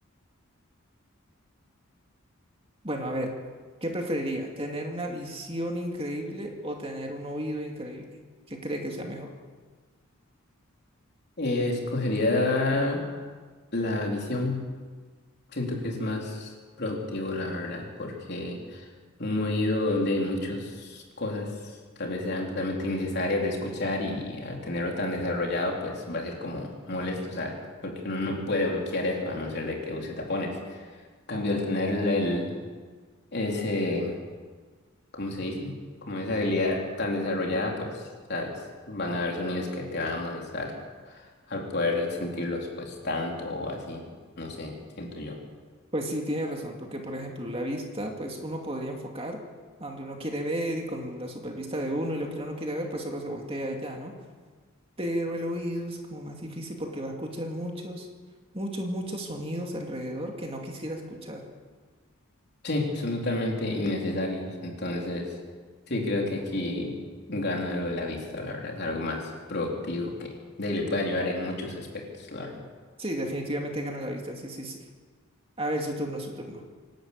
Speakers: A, on the right; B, on the left.
A: Bueno, a ver, ¿qué preferiría? ¿Tener una visión increíble o tener un oído increíble? ¿Qué cree que sea mejor?
B: Eh, escogería la visión, siento que es más productivo, la verdad, porque... un oído de muchas cosas, tal vez sean totalmente innecesarias de escuchar y al tenerlo tan desarrollado, pues va a ser como molesto, ¿sabes? Porque uno no puede bloquear eso a no ser de que use tapones. En cambio, al tener el, el- ese, ¿cómo se dice? Como esa habilidad tan desarrollada, pues, ¿sabes? Van a haber sonidos que te van a molestar al poder sentirlos, pues, tanto o así, no sé, siento yo.
A: Pues sí, tiene razón, porque por ejemplo, la vista, pues uno podría enfocar a donde uno quiere ver y con la supervista de uno y lo que uno no quiere ver, pues solo se voltea y ya, ¿no? Pero el oído es como más difícil porque va a escuchar muchos, muchos, muchos sonidos alrededor que no quisiera escuchar.
B: Sí, son totalmente innecesarios. Entonces, sí, creo que aquí gana lo de la vista, la verdad. Es algo más productivo que de- le
A: Sí,
B: puede ayudar en muchos aspectos, la verdad.
A: Sí, definitivamente gana la vista, sí, sí, sí. A ver, su turno, su turno.